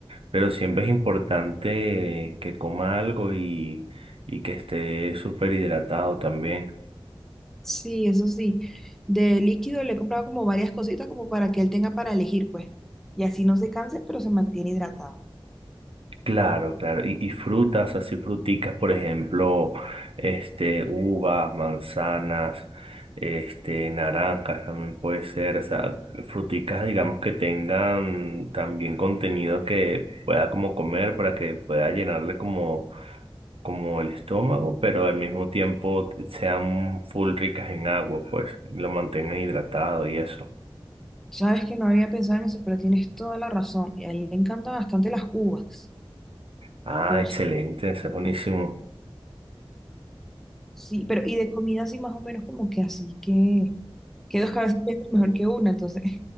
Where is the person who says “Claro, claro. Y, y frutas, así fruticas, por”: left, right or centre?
Right